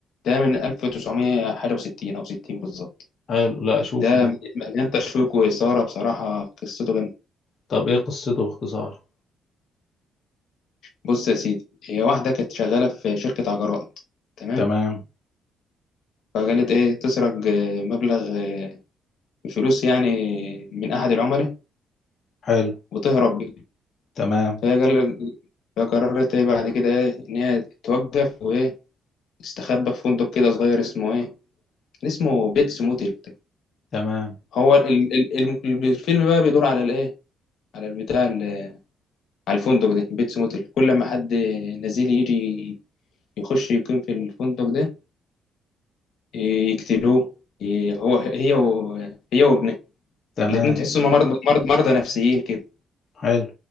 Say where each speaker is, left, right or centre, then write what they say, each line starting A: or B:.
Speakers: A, on the left; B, on the left.
A: ده من 1900 حاجة وستين او 60 بالظبط
B: حلو لا أشوفه
A: ده
B: ده
A: مليان تشويق وإثارة بصراحة قصته
B: طب إيه قصته باختصار؟
A: بص يا سيدي هي واحدة كانت شغالة في شركة عجلات تمام
B: تمام
A: فقالت إيه تسرق آه، مبلغ آه، فلوس يعني من أحد العملاء
B: حلو
A: وتهرب بيه
B: تمام
A: فهي قال فقررت إيه بعد كده إيه إن هي توقف وإيه تستخبى في فندق كده صغير اسمه إيه اسمه بيتس موتيل
B: تمام
A: هو ال- ال- ال- ال- الفيلم بقى بيدور على الإيه على البتاع ال- على الفندق ده بيتس موتيل كل ما حد نزيل يجي يخش يقيم في الفندق ده يقتلوه ي- هو هي و... هي وابنه
B: تمام
A: الاتنين تحسوا هم مرض مرض مرضى نفسيين كده
B: حلو